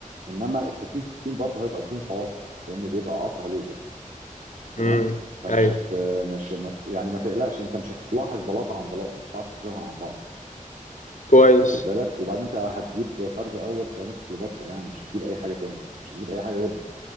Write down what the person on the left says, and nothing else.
امم
أيوه
كويس